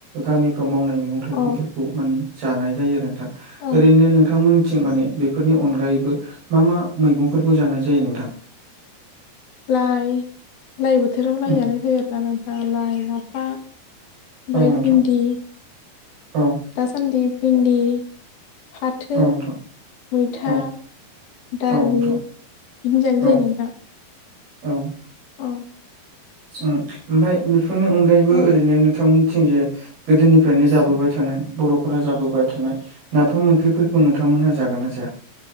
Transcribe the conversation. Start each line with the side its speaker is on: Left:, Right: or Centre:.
Right: गामि फोराव मावनाय मैगं थाइगंफोरखौ
Left: औ
Right: माने जानाय जायो आरो नोंथां
Left: औ
Right: ओरैनो नोंथांमोननिथिं माने बे फोरनि अनगायैबो मा मा मैगंफोरखौ जानाय जायो नोंथां।
Left: लाइ लाइ बोथोराव लाइआनो
Right: उम
Left: होआब्लानो नोंथां लाइ लाफा। ओमफाय
Right: औ नोंथां
Left: भिन्दि
Right: औ
Left: दासान्दि भिन्दि। फाथो
Right: औ नोंथां।
Left: मैथा।
Right: औ
Left: दालि
Right: औ नोंथां
Left: बिदिनो जानाय
Right: औ
Left: जायो नोंथां।
Right: औ ओ
Left: औ
Right: ओमफाय बेफोरनि अनगायैबो
Left: औ
Right: ओरैनो नोंथांमोननिथिंजे गोदोनिफ्रायनो ज जाबोबाय थानाय बर'फोरा जाबोबाय थानाय नाफाम ओंख्रिफोरखौ नोंथांमोनहा जागोना जाया।